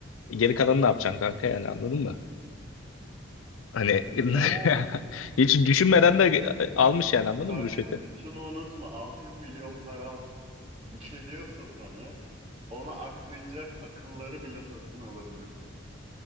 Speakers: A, on the left; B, on the right.
A: E, Geri kalanı ne yapacaksın kanka yani anladın mı? Hani <laughs>
B: O
A: hiç düşünmeden de almış yani anladın
B: kardeşim
A: mı rüşveti?
B: şunu unutma. 600 milyon param <laughs> geliyorsa sana ona aklayacak akılları bile satın alabilirsin.